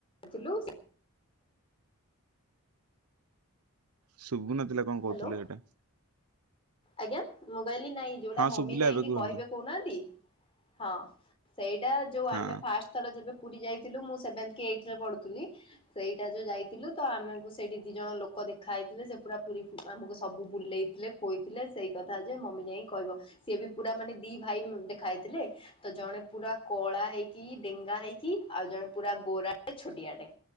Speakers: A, on the left; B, on the right.
A: ଲୁ
B: ଶୁଭୁନଥିଲେ କଣ
A: ହ୍ୟାଲୋ
B: କହୁଥିଲେ ସେଇଟା
A: ଆଜ୍ଞା ମୁଁ କହିଲି ନାଇଁ ଯୋଉଟା
B: ହଁ
A: ମମି
B: ଶୁଭିଲା
A: ଯାଇକି
B: ଏବେ କୁହନ୍ତୁ
A: କହିବେ କହୁନାହାନ୍ତି ହଁ ସେଇଟା ଯେଉଁ
B: ହଁ।
A: ଆମେ ଫାଷ୍ଟ ଥର ଯେବେ ଯାଇଥିଲୁ ମୁଁ ସେଭେନ୍ଥ କି ଏଇଥ ରେ ପଢୁଥିଲି ସେଇଟା ଯଉ ଯାଇଥିଲୁ ତ ଆମ ସେଇଠି ଦି ଜଣ ଲୋକ ଦେଖା ହେଇଥିଲେ ସେ ପୁରା ପୁରୀ ଆମକୁ ସବୁ ବୁଲେଇଥିଲେ ଖୋଇଥିଲେ ଥିଲେ ସେଇ କଥା ଯେ ମମି ଯାଇ କହିବ ସିଏ ବି ପୁରା ମାନେ ଦି ଭାଇ ଦେ ଖାଇଥିଲେ ତ ଜଣେ ପୁରା କଳା ହେଇକି ଡେଙ୍ଗା ହେଇକି ଆଉ ଜଣେ ପୁରା ଗୋରାେ ଛୋଟିଆଟେ